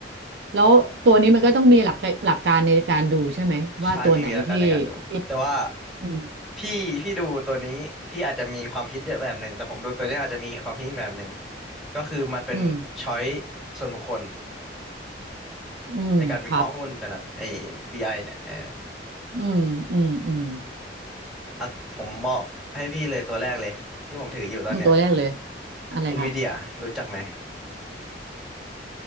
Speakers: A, in the centre; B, on the right (about 65°).
A: ำเพราะอ่า
B: แล้วตัวนี้มันก็ต้องมีหลักหลักการในการดูใช่ไหมว่าตัวไหนที่
A: ใช่ไมีมีหลักการในการดูแต่ว่า
B: ที่อืม
A: พี่พี่ดูตัวนี้พี่อาจจะมีความคิดแบบหนึ่งแต่ผมดูตัวเนี้ยอาจจะมีความคิดอีกแบบหนึ่งก็คือมันเป็นช้อย
B: อืม
A: ส่วนบุคคล
B: อืมครับ
A: ในการวิเคราะห์หุ้นแต่ละไอ้ VI เนี่ยเออ
B: อืมอืมอืม
A: อ่ะผมบอกให้พี่เลยตัวแรกเลยที่ผมถืออยู่ตอนเนี้ย
B: อืมตัวแรกเลยอะไรครับ
A: NVIDIA รู้จักไหม